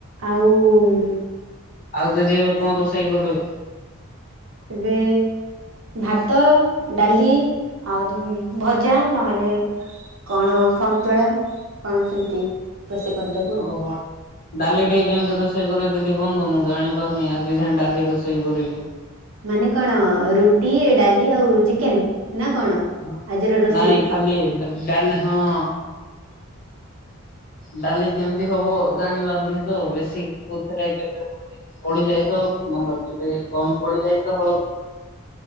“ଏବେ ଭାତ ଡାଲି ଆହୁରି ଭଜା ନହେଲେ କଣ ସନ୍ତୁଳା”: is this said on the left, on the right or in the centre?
Right